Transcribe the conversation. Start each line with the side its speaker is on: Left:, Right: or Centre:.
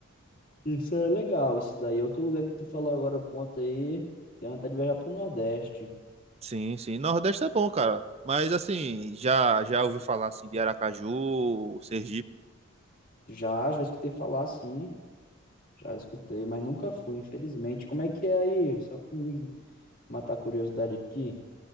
Left: Isso é legal, isso daí. Outro lugar que tu falou agora, ponto aí, tenho vontade de viajar pro Nordeste.
Right: Sim, sim. Nordeste é bom, cara. Mas assim, já já ouvi falar assim de Aracaju, Sergipe.
Left: Já, já escutei falar, sim. Já escutei, mas nunca fui, infelizmente. Como é que é aí? Só pra me matar a curiosidade aqui.